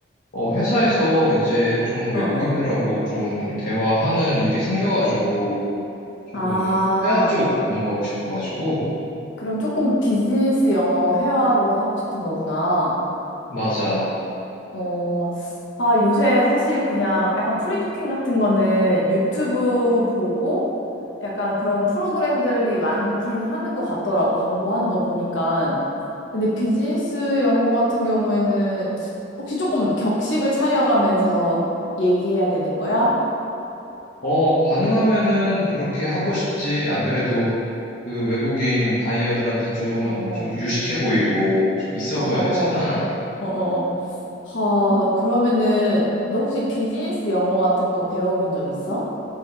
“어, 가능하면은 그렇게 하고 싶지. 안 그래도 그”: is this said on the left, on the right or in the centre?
Left